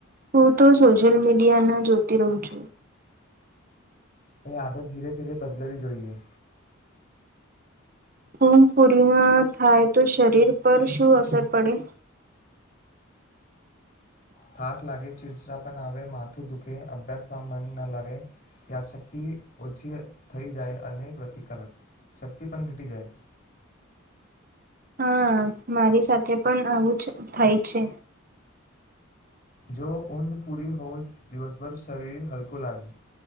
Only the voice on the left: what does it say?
એ આદત ધીરે ધીરે બદલવી જોઈએ.
થાક લાગે, ચીડચીડાપણ આવે, માથું દુખે, અભ્યાસમાં મન ના લાગે. યાદશક્તિ ઓછી થઈ જાય, અને પ્રતિકારક શક્તિ પણ ઘટી જાય.
જો ઊંદ પૂરી હોય, દિવસભર શરીર હલકું લાગે,